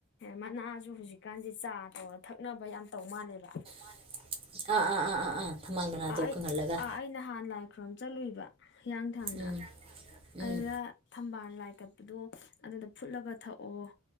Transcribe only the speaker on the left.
ꯃꯅꯥꯁꯨ ꯍꯧꯖꯤꯛꯀꯥꯟꯁꯦ ꯆꯥ ꯇꯧ ꯑ ꯊꯛꯅꯕ ꯌꯥꯝ ꯇꯧ ꯃꯥꯜꯂꯦꯕ
ꯑꯩꯥ
ꯑꯩ ꯅꯍꯥꯟ ꯂꯥꯏ ꯈꯨ꯭ꯔꯣꯝ ꯆꯠꯂꯨꯏꯕ ꯍꯤꯌꯥꯡꯊꯥꯡꯗ
ꯑꯗꯨꯗ ꯊꯝꯕꯥꯜ ꯂꯥꯏ ꯀꯠꯄꯗꯣ ꯑꯗꯨꯗ ꯐꯨꯠꯂꯒ ꯊꯛꯑꯣ